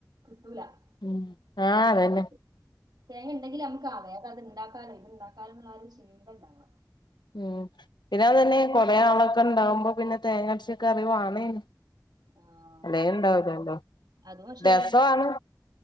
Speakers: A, on the right; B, on the left.
A: കിട്ടൂല
B: ഉം
A: നാളെഎന്തെങ്കിലുംകാട്ട്
B: ആഹ് അതന്നെ
A: തേങ്ങണ്ടെങ്കില് നമ്മക്ക് ആവേ അത്ണ്ടാക്കാലോ ഇത്ണ്ടാക്കാലോന്ന്ള്ളൊരാ ചിന്തണ്ടാവ
B: ഉം പിന്നെ അതന്നെ കൊറേ ആളൊക്കെണ്ടാവുമ്പോ പിന്നെ തേങ്ങരച്ച കറി വാണേന്നും
A: ആ അതെ
B: അതേ ഇണ്ടാവുലല്ലോ
A: അതും ശരിയാണ്
B: രസ്വാണ്